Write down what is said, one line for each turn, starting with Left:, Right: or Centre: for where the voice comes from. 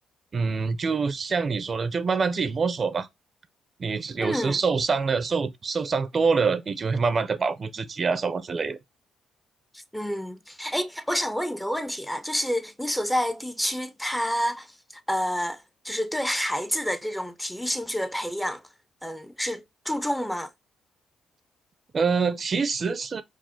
Right: 嗯，就像你说的，就慢慢自己摸索吧。你有时受伤了，
Centre: 嗯
Right: 受受伤多了，你就会慢慢的保护自己啊，什么之类的。
Centre: 嗯，哎，我想问你个问题啊，就是你所在地区它，呃，就是对孩子的这种体育兴趣的培养，嗯，是注重吗？
Right: 呃，其实是